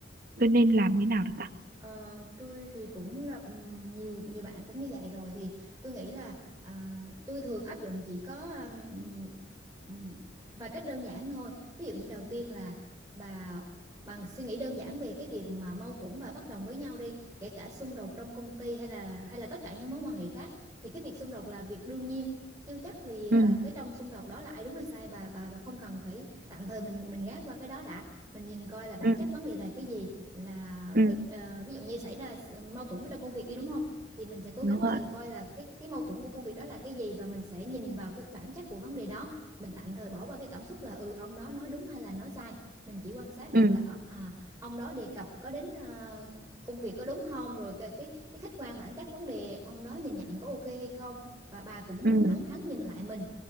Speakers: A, on the right; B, on the right.
A: tôi nên làm
B: ừ
A: như nào được ta
B: Ờ, tôi thì cũng gặp ừm, nhiều nhiều bạn cũng như vậy rồi thì tôi nghĩ là à, tôi thường áp dụng chỉ có ừm, ừm, vài cách đơn giản thôi ví dụ như đầu tiên là bà bằng suy nghĩ đơn giản về cái việc mà mâu thuẫn và bất đồng với nhau đi kể cả xung đột trong công ty hay là hay là tất cả những mối quan hệ khác thì cái việc xung đột là việc đương nhiên chưa chắc là
A: ừ
B: là cái trong xung đột đó là ai đúng hay sai bà bà bà không cần phải tạm thời mình mình gác qua cái đó đã mình nhìn coi là bản
A: ừ
B: chất vấn đề là cái gì là
A: ừ
B: cái ờ, ví dụ như xảy ra mâu thuẫn trong công việc đi đúng không thì mình sẽ cố
A: đúng
B: gắng là
A: rồi
B: ừ, coi là cái cái mâu thuẫn của công việc đó là cái gì và mình sẽ nhìn vào cái bản chất của vấn đề đó mình tạm thời bỏ qua cái cảm xúc là ừ ông đó nói đúng hay là nói sai mình chỉ quan sát
A: ừ
B: được là ờ, à, ông đó đề cập có đến ờ, công việc có đúng không rồi cái cái cái khách quan bản chất vấn đề ông đó nhìn nhận có ok hay không và bà cũng
A: ừ
B: thẳng thắn nhìn lại mình